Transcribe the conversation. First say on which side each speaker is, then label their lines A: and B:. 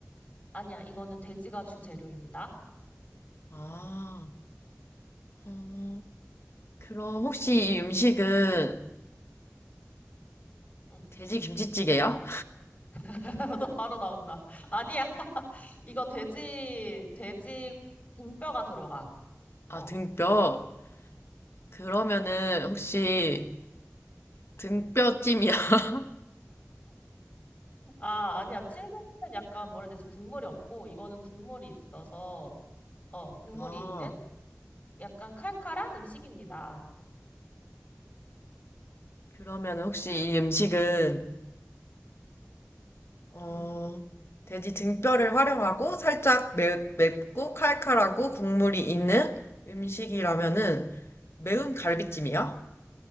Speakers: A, on the left; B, on the left.
A: 아니야, 이거는 돼지가 주재료입니다.
B: 아, 어, 그럼 혹시 이 음식은
A: 응.
B: 돼지 김치찌개야?
A: <laughs> 너 바로 나온다. <laughs> 아니야. <laughs> 이거 돼지, 돼지 등뼈가 들어가.
B: 아,
A: 어.
B: 등뼈. 그러면은 혹시 등뼈찜이야? <laughs>
A: 아, 아니야. 찔면은 약간 뭐라 해야 되지? 국물이 없고, 이거는 국물이 있어서, 어, 국물이
B: 아,
A: 있는 약간 칼칼한 음식입니다.
B: 그러면은 혹시 이 음식은 어,
A: 응,
B: 돼지 등뼈를 활용하고 살짝 매, 맵고 칼칼하고 국물이 있는 음식이라면은
A: 응,
B: 매운 갈비찜이야?
A: 응.